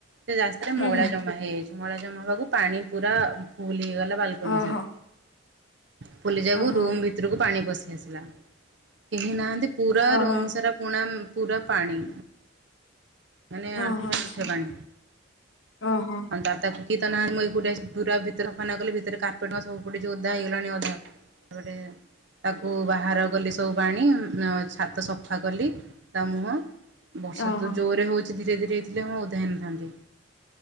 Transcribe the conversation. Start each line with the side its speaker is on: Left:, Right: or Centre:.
Right: ସେ ରାସ୍ତାରେ
Left: ହୁଁ
Right: ମଇଳା
Left: ହୁଁ
Right: ଜମା ହେଇଯାଇଚି ମଇଳା ଜମା ହେବାକୁ ପାଣି ପୁରା ଫୁଲ ହେଇଗଲା ବାଲକୋନି
Left: ଓହୋ
Right: ସାରା। ଫୁଲିଯାକୁ
Left: ଓହୋ
Right: ରୁମ୍ ଭିତରକୁ ପାଣି ପଶି ଆସିଲା। କେହି ନାହାନ୍ତି ପୁରା
Left: ଓହୋ
Right: ରୁମ ସାରା ପୁଣା ପୁରା ପାଣି। ମାନେ ଆଣ୍ଠୁରେ
Left: ଓହୋ ଆଚ୍ଛା
Right: ଆଣ୍ଠୁଏ ପାଣି
Left: ଓହୋ
Right: ଆଉ ତା ତାକୁ କେହି ତ ନାହାନ୍ତି ମୁଁ ଏକୁଟିଆ ପୁରା ଭିତରେ ସଫାନ କଲେ ଭିତରେ କାର୍ପେଟ ସବୁ ଓଧା ହେଇଗଲାଣି ଅଧା। ତାପରେ। ତାକୁ ବାହାର କଲି ସବୁ ପାଣି ଛାତ ସଫା କଲି ତା ମୁହଁ। ବର୍ଷା
Left: ଓହୋ
Right: ତ ଜୋରେ ହୋଉଚି ଧୀରେ ଧୀରେ ହେଇଥିଲେ ମୁ ଓଧା ହେଇନଥାନ୍ତି।